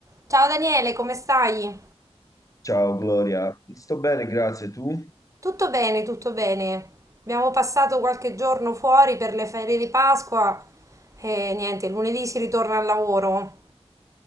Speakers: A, on the right (about 30°); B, on the left (about 30°).
A: Ciao Daniele, come stai?
B: Ciao Gloria, sto bene, grazie. Tu?
A: Tutto bene, tutto bene. Abbiamo passato qualche giorno fuori per le ferie di Pasqua e niente, lunedì si ritorna al lavoro.